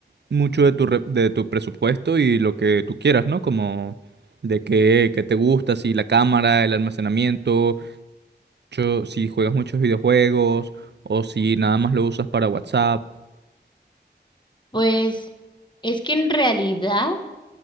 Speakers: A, on the right; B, on the left.
A: mucho de tu, re- de tu presupuesto y lo que tú quieras, ¿no? Como de qué, qué te gusta, si la cámara, el almacenamiento, mucho- si juegas muchos videojuegos o si nada más lo usas para WhatsApp.
B: Pues es que en realidad